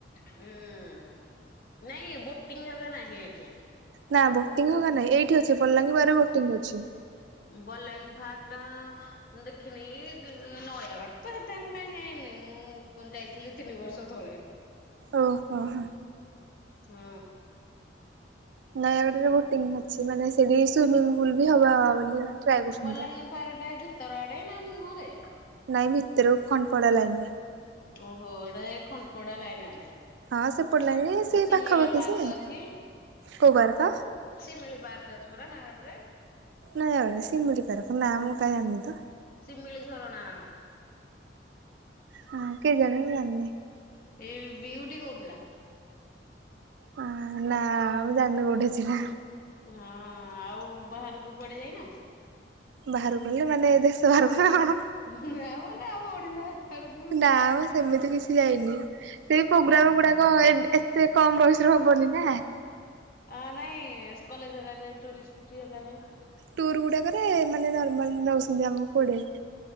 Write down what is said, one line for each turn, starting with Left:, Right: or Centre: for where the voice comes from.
Left: ହୁଁ ନାଇଁ ବୋଟିଂଗ ନାହିଁ ଏଠି।
Right: ନା ବୋଟିଂ ହଁ ନାଇଁ ଏଇଠି ଅଛି ବଲାଙ୍ଗୀ ବରେ ବୋଟିଂ ଅଛି।
Left: ବଲାଙ୍ଗୀ ଭାଗ ଟା ମୁଁ ଦେଖିନି ନୟାଗଡ ତ ଏତେ କାଇହିଁ ଯାଇନି ମୁଁ ଯାଇଥିଲି ତିନି ବର୍ଷ ତଳେ ହ
Right: ଓହୋ ହୋ।
Left: ହୁଁ।
Right: ନୟାଗଡରେ ବୋଟିଂ ଅଛି ମାନେ ସେଠି ସୁଇମିଙ୍ଗ ପୁଲ ବି ହବ ବୋଲି ଟ୍ରାଏ କରୁଛନ୍ତି
Left: ବଲାଙ୍ଗୀ
Right: ତ।
Left: ପାଖ ଟା ଭିତର ଆଡେ ନା ମୁହଁରେ।
Right: ନାଇଁ ଭିତରକୁ ଖଣ୍ଡେ ପଡା ଲାଗନି।
Left: ଓହୋ ଏଇଟା ଖଣ୍ଡପଡ଼ାଲା ଲାଇନା ଆଡେ।
Right: ହଁ ସେ ପଡିଲଣିି ସେ
Left: ଆଉ ଶିମିଳି
Right: ପାଖାପାଖି
Left: ପାର୍କ
Right: ସେ
Left: ଅଛି।
Right: କୋଉ ବାରକା?
Left: ଶିମିଳି ପାକ ଅଛି ପା ନା ଆଡରେ।
Right: ନୟାଗଡ଼ ଆ ସିମିଳି ପକୁ ନା ମୁଁ କାଇଁ ଜାଣିନି ତ
Left: ଶିମିଳି ଝରଣା।
Right: ହଁ କେଜାଣି ମୁଁ ଜାଣିନି।
Left: ଏଇ ବିୟୁଟି କହୁଥିଲା।
Right: ହଁ ନା ମୁଁ ଜାଣିନ କୋଉଠି ଅଛି?
Left: ହଁ ଆଉ ବାହାରକୁ କୁଆଡେ ଯାଇନ?
Right: ବାହାରକୁ ଗଲେ ମାନେ ଏ ଦେଶ ବାହାର
Left: ହଁ ଆବଲେ ଆଡେ କି
Right: ନା ମ
Left: କୁଆଡେ?
Right: ସେମିତି କିଛି ଯାଇନି ସେଇ ପ୍ରୋଗ୍ରାମ ଗୁଡାକ ଏତେ କମ ବୟସରେ ହବନି ନାଁ।
Left: ଆ ନାଇଁ କଲେଜ ହେଗାରେ ଟରିଷ୍ଟ ହେଗାରେ
Right: ଟୁର୍ ଗୁଡାକରେ ମାନେ ନର୍ମାଲ ନଉଛନ୍ତି ଆମ କୋଡେ